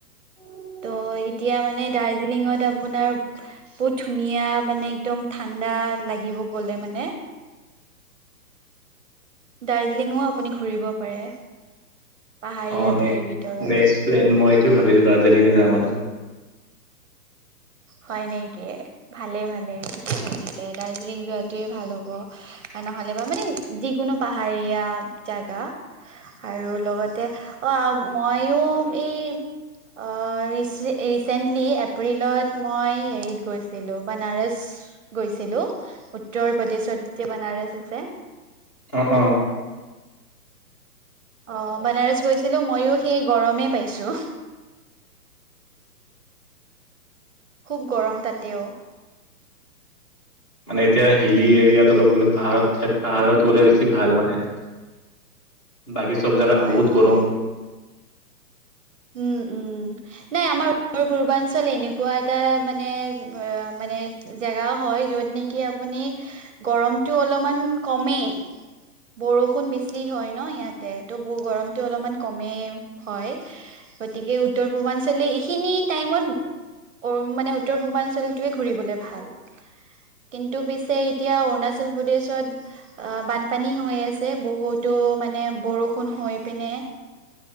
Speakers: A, on the left; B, on the right.
A: উ
B: ত' এতিয়া মানে দাৰ্জিলিঙত আপোনাৰ বহুত ধুনীয়া মানে একদম ঠাণ্ডা লাগে <unintelligible> ব গ'লে মানে দাৰ্জিলিঙও আপুনি ঘুৰিব পাৰে পাহাৰীয়া
A: অে
B: ঠাইৰ ভিতৰত
A: নেক্স প্লেন মই তো ভাবিলো দাৰ্জিলিঙে যাম আৰু
B: হয় নেকি ভালে ভালে থিকে ভাবিছে দাৰ্জিলিং যোৱাতোৱে ভাল হ'ব নহ'লে বা মানে যিকোনো পাহাৰীয়া জাগা আৰু লগতে অ আ ময়ো এইচ ৰিচেণ্টলি এপ্ৰিলত, মই হেৰিত গৈছিলো বানাৰস গৈছিলো উত্তৰ প্ৰদেশত যেতি বনাৰ, গেজ আছে।
A: অ ক,
B: অ বানাৰস গৈছিলো মইও, সেই গৰমেই পাইছো। খুব গৰম তাতেও,
A: মানে এতিয়া হিলী এৰিয়াত অলপ গলে পাহাৰত পাহাৰত গ'লে বেছি ভাল মানে। বাকী চব জাগাত
B: হয়
A: বহুত
B: হয়
A: গৰম।
B: উম উম নাই আমাৰ উত্তৰ পূৰ্বাঞ্চল এনেকুৱা এটা মানে, মানে জেগা হয় যত নেকি আপুনি গৰমতটো অলপমান কমেই। বৰষুণ বেছি হয় ন ইয়াতে ত গৰমতটো অলপমান কমেই হয়। গতিকে উত্তৰ পূৰ্বাঞ্চলে এইখিনি টাইমত। অ মানে উত্তৰ পূৰ্বাঞ্চলটোৱে ঘূৰিবলে ভাল। কিন্তু পিছে এতিয়া অৰুণাচল প্ৰদেশত অ বানপানী হৈ আছে বহুত। তটো মানে বৰষুণ হৈ পিনে।